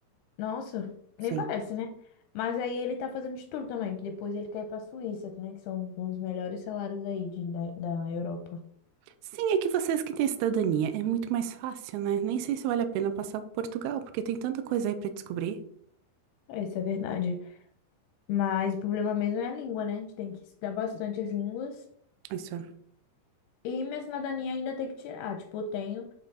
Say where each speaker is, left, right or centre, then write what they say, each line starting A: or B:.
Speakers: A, on the left (about 80°); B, on the right (about 80°).
A: Nossa,
B: Sim.
A: nem parece, né? Mas aí ele tá fazendo de tudo também, que depois ele quer ir pra Suíça, né, que são um dos melhores salários aí de, da, da Europa.
B: Sim, é que vocês que têm cidadania é muito mais fácil, né? Nem sei se vale a pena passar por Portugal, porque tem tanta coisa aí pra descobrir.
A: É, isso é verdade. Mas o problema mesmo é a língua, né? A gente tem que estudar bastante as línguas
B: Isso
A: E minha cidadania ainda tem que tirar. Tipo, eu tenho,